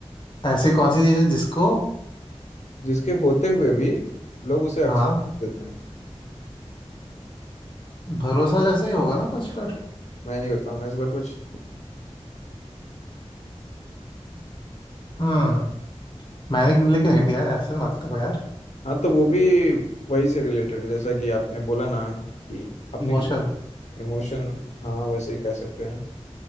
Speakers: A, on the left; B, on the left.
A: ऐसी कौन सी चीज है जिसको
B: जिसके होते हुए भी लोग उसे अक्सर
A: हाँ
B: देते हैं
A: भरोसा जैसे ही होगा ना कुछ फिर
B: मैं नहीं बताऊंगा इस बार कुछ
A: हम्म मैंने लेकिन हिंट दिया है ऐसे मत करो यार
B: हाँ तो वो भी वही से रिलेटेड जैसा कि आपने बोला ना कि अपने
A: इमोशन
B: क्या इमोशन हाँ वैसे ही कह सकते हैं